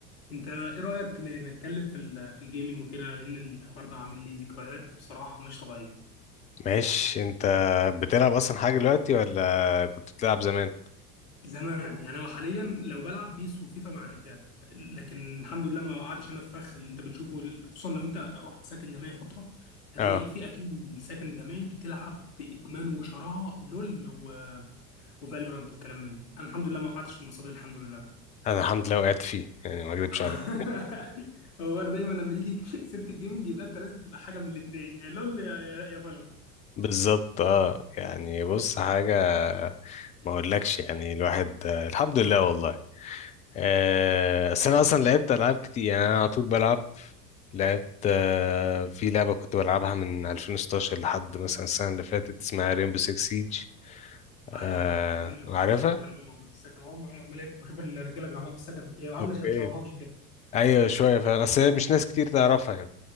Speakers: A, on the left; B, on the left.
A: انت ايه رايك ن- نتكلم في ال- في الجيمنج وكده لان الحوار ده عامل لي ذكريات بصراحه مش طبيعيه
B: ماشي انت بتلعب اصلا حاجه دلوقتي ولا كنت بتلعب زمان
A: زمان يعني انا حاليا لو بلعب بيس وفيفا مع الرجاله لكن الحمد لله ما وقعتش انا في فخ اللي انت بتشوفه خصوصا لو انت رحت ساكن جامعي فتره هتلاقي
B: اه
A: في اكيد الساكن الجامعي بتلعب بادمان وشراهه لول و... وفالورانت والكلام من ده انا الحمد لله ما وقعتش في المصادر الحمد لله
B: انا الحمد لله وقعت فيه يعني ما اكذبش
A: <laughs>
B: عليك
A: هو أنا دايما لما يجي سيره الجيمنج يبقى انت لازم تبقى حاجه من الاثنين يا لول يا يا, يا فالورانت
B: بالظبط اه يعني بص
A: الله
B: حاجه ما اقولكش يعني الواحد آه، الحمد لله والله آه، بس انا اصلا لعبت العاب كتير يعني انا على طول بلعب لعبت آه، في لعبة كنت بلعبها من 2016 لحد مثلا السنة اللي فاتت اسمها ريمبو 6 سيج آه
A: عارفها جميل وكنت
B: عارفها؟
A: الشباب بيلعبوها مع بعض في السكن هم هم اللي كنت بشوف الرجاله بيلعبوها في السكن هي عامله
B: اوكي
A: شباب شباب بابجي كده
B: ايوه شوية فاهم بس هي مش ناس كتير تعرفها يعني